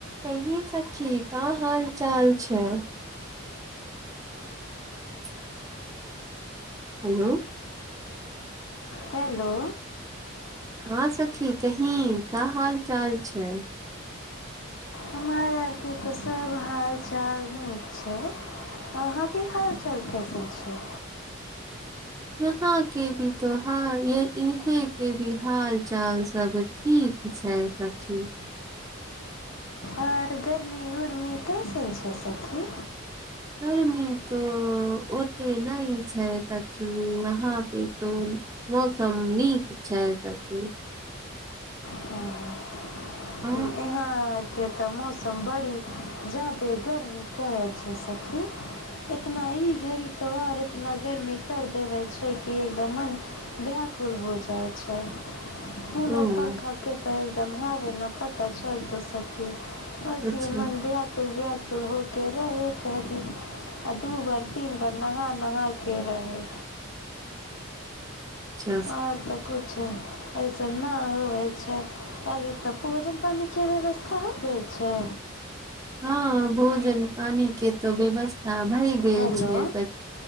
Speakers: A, on the right; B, on the left.
A: कही सखी कि हाल चाल छै <inaudible> हेलो
B: हेलो
A: हा सखी कही का हाल चाल छै
B: हमर आर केँ तऽ सभ हालचाल नीक छै अहाँ केँ हाल चाल कैसन छै
A: यहाँ केँ भी हाल चल इहें केँ भी हाल चाल सभ ठीक छै ठीक छै सखी
B: और गरमी उरमी कैसन छै सखी
A: गर्मी तो ओते नै छै सखी यहाँ पे तो मौसम नीक छै सखी
B: हँ,
A: ह
B: यहाँ केँ तऽ मौसम बड़ी जदे गर्मी करल छै सखी इतना ई घड़ी तो और एतना गर्मी कर देवे छै कि एकदम मन व्याकुल हो जाइ छै कूलर
A: ह
B: पंखा केँ तऽ एकदम हावे न पता चलतौ सखी असेहे
A: अच्छा
B: मन ब्यकुल ब्यकुल हो केँ रहे <unintelligible> आ दू बार तीन बार नहा नहा केँ रहै
A: <unintelligible>
B: और तऽ किछु अइसन नै होबै छै अभी तऽ भोजन पानी केँ व्यवस्था हो गेल छै
A: हँ भोजन पानी केँ तो व्यवस्था भैय गेल
B: हेलो
A: छै स